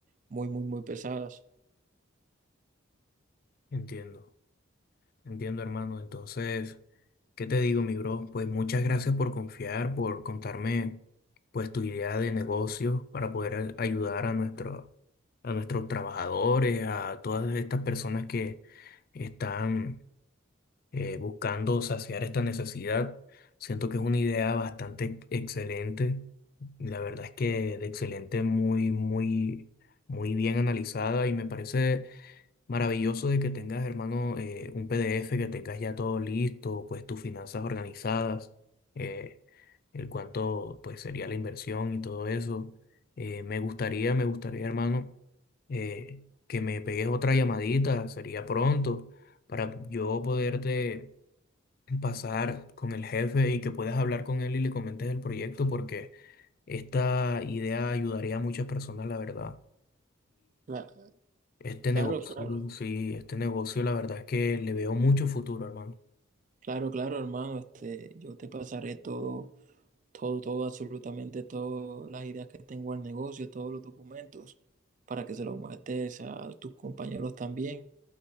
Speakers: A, on the right (about 35°); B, on the left (about 45°).
A: muy, muy, muy pesadas.
B: Entiendo. Entiendo, hermano. Entonces, ¿qué te digo, mi bro? Pues muchas gracias por confiar, por contarme pues tu idea de negocio para poder a- ayudar a nuestro, a nuestros trabajadores, a todas estas personas que están eh, buscando saciar esta necesidad. Siento que es una idea bastante excelente. La verdad es que de excelente, muy, muy, muy bien analizada y me parece Maravilloso de que tengas, hermano, eh, un PDF, que tengas ya todo listo, pues tus finanzas organizadas, eh, el cuánto pues sería la inversión y todo eso. Eh, me gustaría, me gustaría, hermano, eh, que me pegues otra llamadita, sería pronto, para yo poderte pasar con el jefe y que puedas hablar con él y le comentes el proyecto, porque esta idea ayudaría a muchas personas, la verdad.
A: La-
B: Este negocio,
A: claro, claro.
B: sí, este negocio la verdad es que le veo mucho futuro, hermano.
A: Claro, claro, hermano, este, yo te pasaré todo, todo, todo, absolutamente todas las ideas que tengo al negocio, todos los documentos, para que se los muestres a tus compañeros también.